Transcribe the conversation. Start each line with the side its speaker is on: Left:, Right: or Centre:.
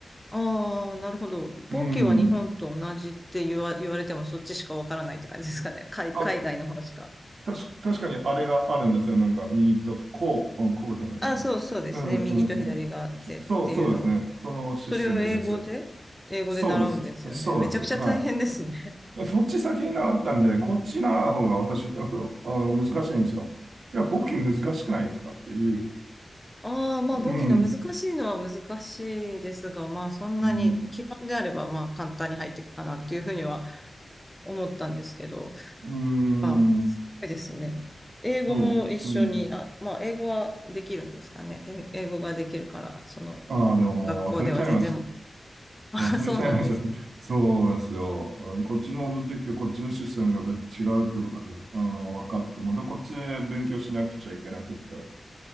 Centre: ああー、なるほど。
Right: うん。
Centre: 簿記は日本と同じって言わ、言われても、そっちしかわからないって感じですかね。海、
Right: あ、
Centre: 海外の方しか。
Right: たし、確かにあれがあるんですよ。なんか右と、こう、うん、こうじゃないな。
Centre: あ、
Right: う
Centre: そうそうですね。
Right: んうんうん。
Centre: 右と左があってっていうのを。
Right: そそう、そうですね。そのシステムです。
Centre: それを英語で、英語で習うんですよね。
Right: そうです。そうです。
Centre: めちゃくちゃ大変ですね。
Right: はい。そっち先に習ったんでね、こっち習う方が私、あの、難しいんですよ。いや、簿記難しくないですかっていう。
Centre: ああ、まあ簿記の難しいのは難しいですが、
Right: うん。
Centre: まあそんなに基本であればまあ簡単に入っていくかなっていうふうには
Right: うん。
Centre: 思ったんですけど、
Right: うーん。
Centre: ああ、すごいですね。英語も一緒に、
Right: そう。うん。
Centre: あ、まあ英語はできるんですかね。え英語ができるから、その
Right: ああ、でももう忘れちゃいました。
Centre: 学校では全然、<laughs> あそうなんです。
Right: 忘れちゃいました。<laughs> そうですよ。こっちに戻ってきて、こっちのシステムが違うってことで、あの、分かって、またこっちで勉強しなくちゃいけなくって。う